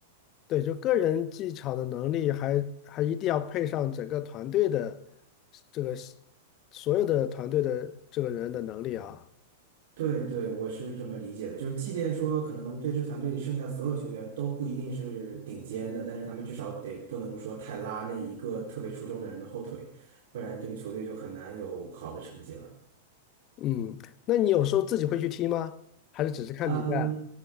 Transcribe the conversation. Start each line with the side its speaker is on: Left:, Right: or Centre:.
Left: 对，就个人技巧的能力还，还一定要配上整个团队的这个所有的团队的这个人的能力啊。
Right: 对对，我是这么理解的，就是即便说可能这支团队里剩下所有球员都不一定是顶尖的，但是他们至少得不能说太拉那一个特别出众的人的后腿，不然这个球队就很难有好的成绩了。
Left: 嗯，那你有时候自己会去踢吗？还是只是看比赛？
Right: 嗯，